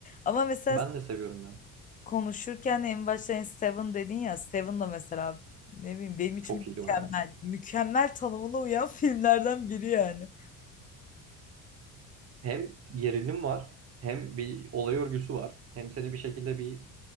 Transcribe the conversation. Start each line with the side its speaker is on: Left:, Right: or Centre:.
Left: Ama mesela
Right: Ben de seviyorum ya.
Left: konuşurken en başta hani Seven dedin ya Seven da mesela ne bileyim benim için
Right: Çok iyi
Left: mükemmel.
Right: o ya.
Left: Mükemmel tanımına uyan <laughs> filmlerden biri yani.
Right: Hem gerilim var, hem bir olay örgüsü var. Hem seni bir şekilde bir